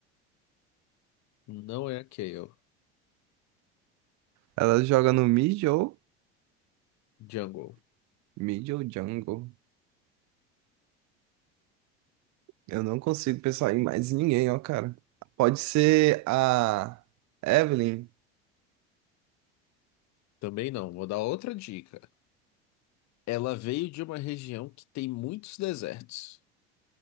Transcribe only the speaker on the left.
Não é a Kayle.
Jungle.
Também não. Vou dar outra dica. Ela veio de uma região que tem muitos desertos.